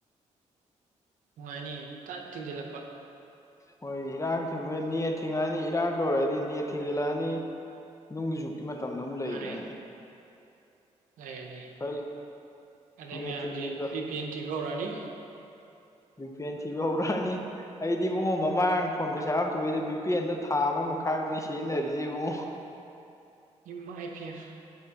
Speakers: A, on the right (about 90°); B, on the left (about 25°).
A: ꯅꯨꯡꯉꯥꯏꯅꯤ ꯇꯠ ꯊꯤꯡꯖꯤꯜꯂꯛꯄ
B: ꯃꯣꯏ ꯏꯔꯥꯡ ꯊꯤꯡꯕ ꯅꯦꯠ ꯊꯤꯡꯉꯛꯑꯅꯤ ꯏꯔꯥꯡ ꯇꯧꯔꯗꯤ ꯅꯦꯠ ꯊꯤꯡꯖꯤꯜꯂꯛꯑꯅꯤ ꯅꯨꯡꯒꯤ ꯖꯨꯛꯀꯤ ꯃꯇꯝꯗ ꯑꯃꯨꯛ ꯂꯩꯈ꯭ꯔꯅꯤ
A: ꯍꯥꯟꯅ ꯂꯩꯔꯅꯤ
B: ꯈꯜꯂꯤ
A: ꯑꯗꯩ
B: ꯅꯦꯠ
A: ꯃꯌꯥꯝꯁꯤ
B: ꯊꯤꯡꯈꯤꯕꯗꯣ
A: ꯕꯤ ꯄꯤ ꯑꯦꯟ ꯊꯤꯕ ꯍꯧꯔꯛꯑꯅꯤ
B: ꯕꯤ ꯄ ꯑꯦꯟ ꯊꯤꯕ ꯍꯧꯔꯛꯑꯅꯤ ꯑꯩꯗꯤ ꯏꯨꯡꯉꯣ ꯃꯃꯥꯡ ꯐꯣꯟ ꯄꯩꯁꯥ ꯉꯇꯕꯩꯗꯣ ꯕꯤ ꯄꯤ ꯑꯦꯟꯗ ꯊꯥ ꯑꯃ ꯃ ꯈꯥꯡꯅꯤꯁꯤꯟꯔꯤꯖꯤꯕꯨꯨꯡ
A: ꯏꯃꯥꯏ ꯄꯦꯝꯃꯥ